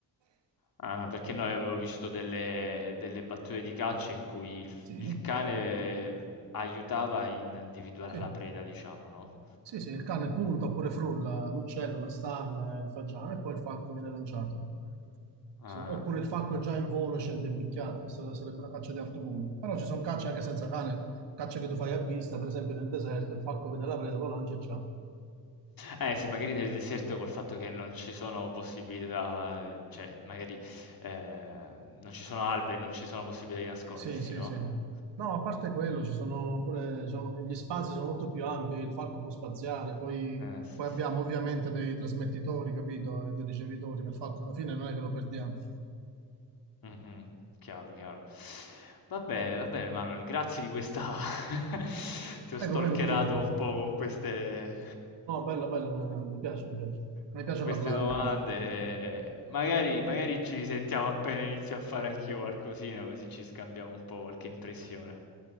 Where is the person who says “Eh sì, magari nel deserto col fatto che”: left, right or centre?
Left